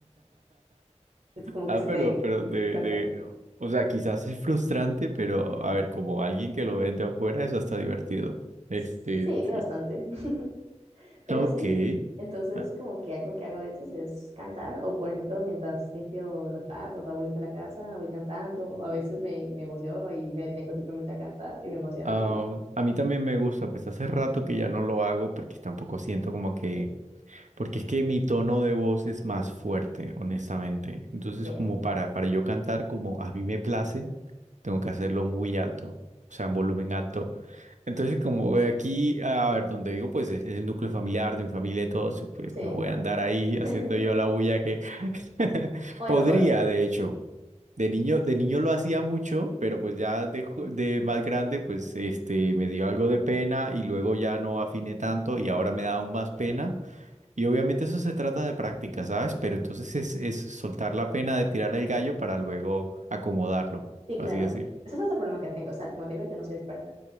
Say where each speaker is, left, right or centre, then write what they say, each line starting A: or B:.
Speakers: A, on the right (about 65°); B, on the right (about 80°).
A: <laughs> Es Como
B: Ah,
A: que se
B: pero,
A: te
B: pero de,
A: por acá.
B: de, o sea, quizás es frustrante, pero a ver, como alguien que lo ve de afuera, eso está divertido. Este,
A: Sí, bastante.
B: sí.
A: <laughs> Pero
B: Ok.
A: sí, entonces
B: Ah,
A: como que algo que hago a veces es cantar o por ejemplo mientras limpio los platos, hago limpio la casa, voy cantando, a veces me, me emociono y me detengo simplemente a cantar y me emociona
B: ah,
A: así.
B: a mí también me gusta, pues hace rato que ya no lo hago porque tampoco siento como que Porque es que mi tono de voz es más fuerte, honestamente. Entonces,
A: Sí,
B: como para, para yo cantar como a mí me place, tengo que hacerlo muy alto, o sea, en volumen alto. Entonces, como de aquí, a a ver, donde digo, pues es, es el núcleo familiar de mi familia y todos, y pues
A: sí.
B: no voy
A: oh,
B: a andar ahí
A: <laughs>
B: <laughs> haciendo yo la bulla que <laughs>
A: Bueno,
B: podría,
A: o- <laughs>
B: de hecho. De niño, de niño lo hacía mucho, pero pues ya de, ju- de más grande, pues este, me dio algo de pena y luego ya no afiné tanto y ahora me da aún más pena. Y obviamente eso se trata de práctica, ¿sabes? Pero entonces es, es soltar la pena de tirar el gallo para luego acomodarlo,
A: sí,
B: por
A: claro,
B: así decir.
A: podría. ese es otro problema que tengo, o sea, como te digo, yo no soy experta